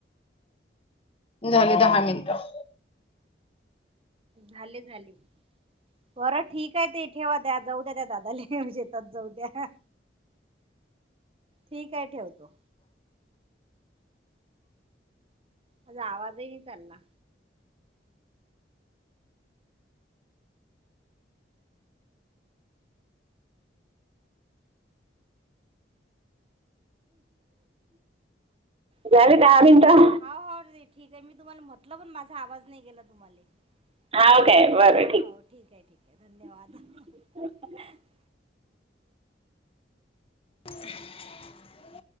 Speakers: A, on the left; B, on the right.
A: झाले दहा मिनिटं
B: झाले झाले. बरं ठीक आहे ते ठेवा द्या जाऊ द्या त्या दादा ल शेतात जाऊ द्या. ठीक आहे ठेवतो. माझा आवाजही चालला. झाले दहा मिनट, हो हो ठीक हाय ठीक हा मी तुम्हाला म्हटलं पण माझा आवाज नाही गेला तुम्हाला. हाव काय? बर ठीक आहे ठीक आहे धन्यवाद.
A: <inaudible>